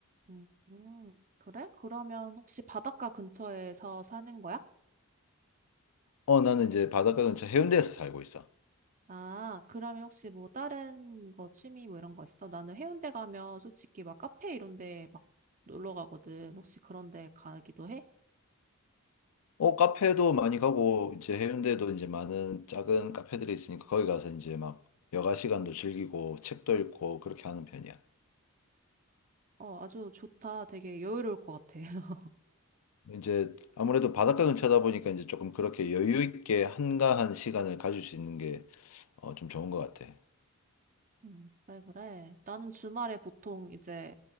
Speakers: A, on the right; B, on the left.
A: 음, 음. 그래? 그러면 혹시 바닷가 근처에서 사는 거야?
B: 어, 나는 이제 바닷가 근처 해운대에서 살고 있어.
A: 아, 그러면 혹시 뭐 다른 거 취미 뭐 이런 거 있어? 나는 해운대 가면 솔직히 막 카페 이런 데 막 놀러 가거든. 혹시 그런 데 가기도 해?
B: 어, 카페도 많이 가고, 이제 해운대도 이제 많은 작은 카페들이 있으니까 거기 가서 이제 막 여가 시간도 즐기고, 책도 읽고, 그렇게 하는 편이야.
A: 어, 아주 좋다. 되게 여유로울 것 같아. <laughs>
B: 이제 아무래도 바닷가 근처다 보니까 이제 조금 그렇게 여유 있게 한가한 시간을 가질 수 있는 게, 어, 좀 좋은 것 같아.
A: 음, 그래, 그래. 나는 주말에 보통 이제